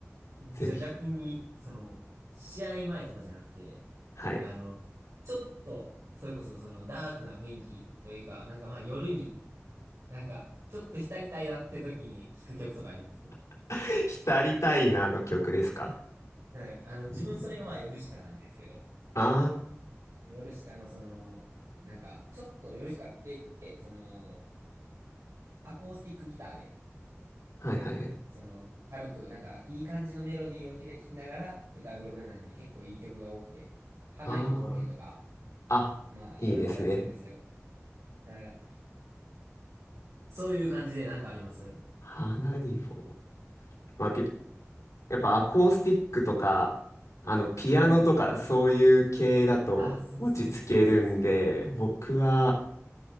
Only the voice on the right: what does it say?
じゃあ逆に、その、試合前とかじゃなくて、
あの、ちょっと、それこそそのダークな雰囲気というか、なんかまあ夜に、なんか、ちょっと浸りたいなって時に聴く曲とかあります
はい。あの、自分それがまあ夜しかなんですけど、
夜しかのその、なんか、ちょっと夜しかって、その、アコースティックギターで、
その、軽く、なんか、いい感じのメロディーをひれ弾きながら歌う曲なんで、結構いい曲が多くて、花に亡霊とか、
まあ、
いろいろあったりするんですけど、はい。そういう感じでなんかあります
はい。
ああ、そうそうそうそうそうそう。